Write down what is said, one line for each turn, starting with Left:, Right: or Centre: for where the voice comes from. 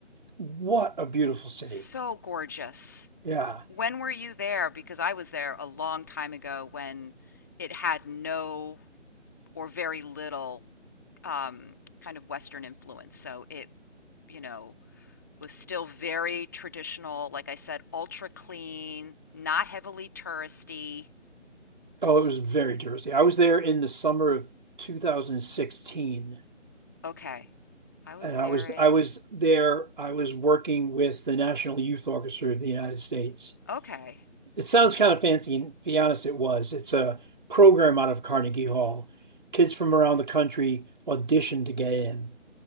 Right: What a beautiful city.
Left: So gorgeous.
Right: Yeah.
Left: When were you there? Because I was there a long time ago when it had no or very little um, kind of Western influence. So it, you know, was still very traditional. Like I said, ultra clean, not heavily touristy.
Right: Oh, it was very touristy. I was there in the summer of 2016,
Left: Okay. I was
Right: and
Left: there
Right: I was
Left: in.
Right: I was there. I was working with the National Youth Orchestra of the United States,
Left: Okay.
Right: It sounds kind of fancy, and to be honest, it was. It's a program out of Carnegie Hall. Kids from around the country audition to get in,